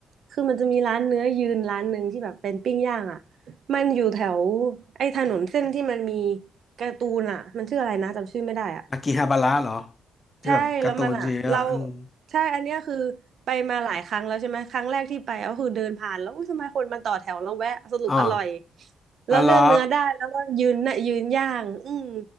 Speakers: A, on the right; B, on the left.
A: คือมันจะมีร้านเนื้อยืนร้านหนึ่งที่แบบเป็นปิ้งย่างอ่ะมันอยู่แถวไอ้ถนนเส้นที่มันมีการ์ตูนอ่ะมันชื่ออะไรนะจำชื่อไม่ได้อ่ะ
B: อากิฮาบาระเหรอที่แบบการ์ตูนชีวิตอะอืม
A: ใช่แล้วมันอ่ะเราใช่อันเนี้ยคือไปมาหลายครั้งแล้วใช่ไหมครั้งแรกที่ไปก็คือเดินผ่านแล้วอุ้ยทำไมคนมันต่อแถวแล้วแวะสรุปอร่อย
B: อ่า
A: แล้วเลือกเนื้อได้แล้วก็ยืนน่ะยืนย่างอืม
B: อ๋อเหรอ